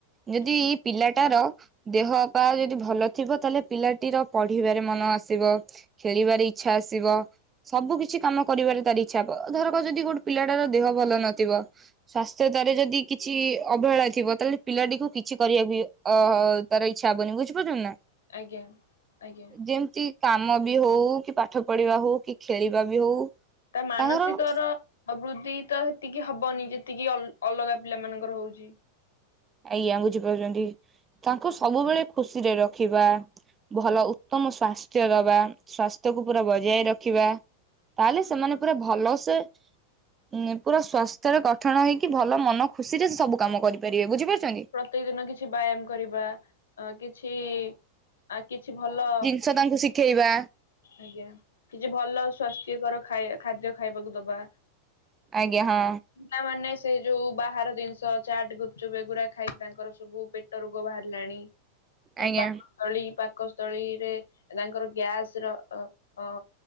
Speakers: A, on the left (about 65°); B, on the right (about 20°).
A: ଆଜ୍ଞା
B: ଯଦି ପିଲାଟାର ଦେହ ପା ଯଦି ଭଲ ଥିବ ତାହେଲେ ପିଲାଟିର ପଢିବାରେ ମନ ଆସିବ, ଖେଳିବାରେ ଇଚଛା ଆସିବ, ସବୁ କିଛି କାମ କରିବାରେ ତାର ଇଚ୍ଛା ଧରକ ଯଦି ଗୋଟେ ପିଲାଟାର ଦେହ ଭଲ ନଥିବ? ସ୍ଵାସ୍ଥ୍ୟତ ରେ ଯଦି କିଛି ଅବହେଳା ଥିବ ତାହେଲେ ପିଲାଟିକୁ କିଛି କରିବା ଓହୋ ତାର ଇଛା ହବନି ବୁଝିପାରୁଛନ୍ତି ନା
A: ଆଜ୍ଞା ଆଜ୍ଞା
B: ଯେମତି କାମ ବି ହଉ କି ପାଠ ପଢିବା ହଉ କି ଖେଳିବା ବି ହଉ
A: ତା ମାନସିକ
B: ତାଙ୍କର
A: ର ଆ ବୃଦ୍ଧି ତ ସେତିକି ହବନି ଯେତିକି ଅଲ ଅଲଗା ପିଲା ମାନଙ୍କର ହଉଛି।
B: ଆଜ୍ଞା ବୁଝିପାରୁଛନ୍ତି। ତାଙ୍କୁ ସବୁବେଳେ ଖୁସିରେ ରଖିବା। ଭଲ ଉତ୍ତମ ସ୍ୱାସ୍ଥ୍ୟ ଦବା ସ୍ଵାସ୍ଥ୍ୟକୁ ପୁରା ବଜାୟ ରଖିବା। ତାହେଲେ ସେମାନେ ପୁରା ଭଲସେ ପୁରା ସ୍୍ୱାସ୍ଥ୍ୟରେ ଗଠନ ହେଇକି ଭଲ ମନ ଖୁସିରେ ସବୁ କାମ କରିପାରିବେ। ବୁଝିପାରୁଛନ୍ତି।
A: ପ୍ରତ୍ୟ ଦିନ କିଛି ବ୍ୟାୟାମ କରିବା କିଛି ଆଉ କିଛି ଭଲ
B: ଛ ତାଙ୍କୁ ଶିଖେଇବା।
A: ଆଜ୍ଞା କିଛି ଭଲ ସ୍ଵାସ୍ଥ୍ୟକର ଖାଇ ଖାଦ୍ୟ ଖାଇବାକୁ ଦବା।
B: ଆଜ୍ଞା ହଁ
A: ପିଲାମାନୋନ ସେ ଯୋଉ ବାହାର ଜିନିଷ ଚାଟ ଗୁପଚୁପ ବେଗୁୁରା ଖାଇକି ତାଙ୍କର ସବୁ ପେ ଟ ରୋଗ ବାହାରିଲାଣି
B: ଆଜ୍ଞା
A: ପାକସ୍ଥଳୀ ପାକସ୍ଥଳୀରେ ତାଙ୍କର ଗ୍ୟାସ ର ଅ ଅ